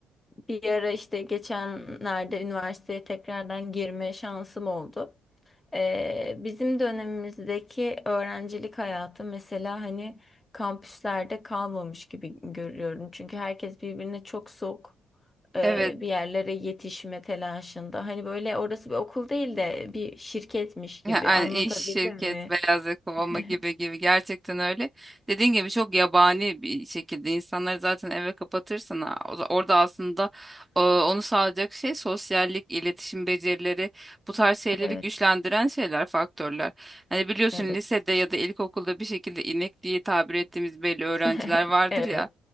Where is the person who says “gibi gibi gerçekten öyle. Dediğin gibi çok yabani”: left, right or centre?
Right